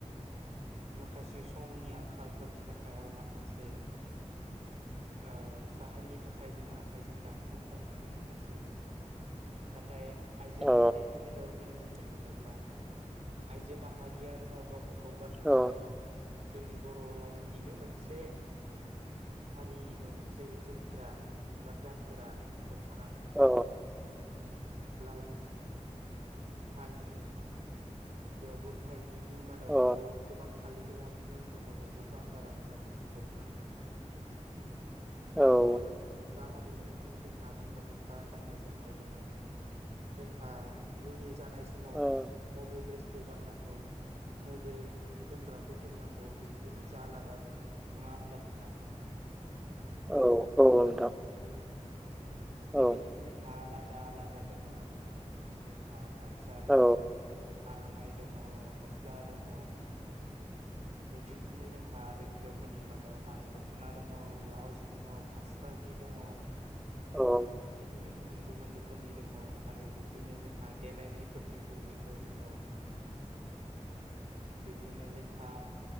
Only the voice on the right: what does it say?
माखासे समनि आंखालफोरनि थाखाय आरो माखासे ओ जाहोननि थाखाय जोङो आखाइजों दानायखौ खम नुनो मोनोसै। नाथाय आइजो
माहारिनि बेलायाव जों बुंनो थाङोब्ला आइजो माहारिया दङ गावबा गाव गाननो
हानाय जोंनि बर'निनो मोनसे हारिनो मोनसे जोमग्रा बा गानग्रा दख'ना
ब्लाउस फालि बेयावबो फालिनि मादावबो
गोबां फालि दङ मुं दङ बेखौथ' आं बारा मोजां मोनथिजोबला बेबायदिनो
मोनफा मोन फा हारिनि जोंहा मोनफा मोनफा गाननाय जोमनाय दङ। जोंहा जुलि जानाय समाव
मबे ड्रेसखौ गाननांगौ मबे जोमग्राखौ जोमनांगौ बेनिबो मोनसे आलादा दङ नङा होमबा नोंथां। <inaudible>
बेबायदिनो
जोंहा आलादा-आलादा दङ आरो। बिदिनो जोंहा गामसा दङ,
आर'नाइ दङ, गस्ला दङ, बेबायदिनो जोंहा आरो हिन्जावफोरनि मादावहा दख'ना दङ, ब्लाउस दङ, पास्रा जि दङ
बिदिनो गुबुन गुबुन रोखोमनि दङ आरो बिब्दिनो जोंहा देलायनायफोरनिबो बिखय दङ। बिब्दिनो जोंहा